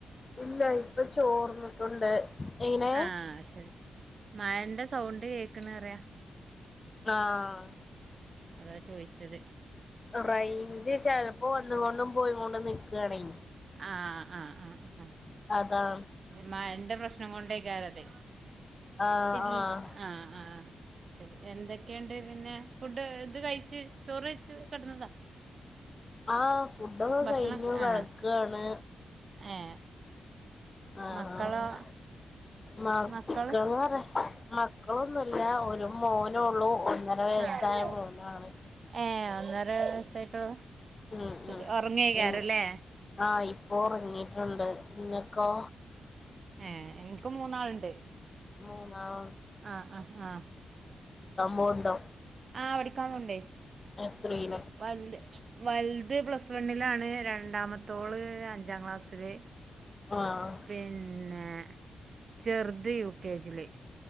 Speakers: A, on the left; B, on the right.
A: ഇല്ല ഇപ്പ ചോർന്നിട്ടുണ്ട് എങ്ങനെ
B: ആഹ് ശരി മഴന്റെ സൗണ്ട് കേൾക്ക് ണ് അറിയ
A: ആഹ്
B: അതാ ചോയ്ച്ചത്
A: റൈഞ്ച് ചെലപ്പോ വന്ന് കൊണ്ടും പോയി കൊണ്ട് നിക്കാണെ
B: ആഹ് ആഹ് ആ ആഹ്
A: അതാ
B: മയന്റെ പ്രശ്നം കൊണ്ടേക്കരതെ
A: ആഹ്
B: ഇൽ
A: ആഹ്
B: ആഹ് ആഹ് ശരി എന്തൊക്കെണ്ട് പിന്നെ ഫുഡ് ഇത് കഴിച്ച് ചോറ് എയ്ച്ച് കെ ടന്നതാ
A: ആഹ് ഫുഡൊക്കെ
B: ഭക്ഷണം
A: കയ്ഞ്ഞു കിടക്കാണ്
B: ആഹ് ഏഹ്
A: ആഹ്
B: മക്കളോ
A: ആഹ് മക്കളൊറ
B: മക്കള്
A: മക്കളൊന്നുല്ല ഒരു മോനൊള്ളൂ ഒന്നര വയസ്സായ
B: ആഹ്
A: മോനാണ്
B: ഏഹ് ഒന്നര വയസായിട്ടൊള്ളു
A: ഉം
B: ശരി
A: ഉം
B: ഉറങ്ങയ്ക്കാരല്ലേ
A: ഉം ആഹ് ഇപ്പോ ഉറങ്ങിട്ടുണ്ട് ഇങ്ങക്കോ
B: ഏയ് എനിക്ക് മൂന്നാളുണ്ട്
A: മൂന്നാൾ
B: ആഹ് ആഹ് ആഹ്
A: പോവ്ണ്ടോ
B: ആഹ് പഠിക്കാൻ പോണ്ടേ
A: എത്റീല
B: വ വൽത് പ്ലസ് വണ്ണിലാണ് രണ്ടാമത്തോള് അഞ്ചാം ക്ലാസ്സില്
A: ആഹ്
B: പിന്നെ ചെറുത് യു കെ ജില്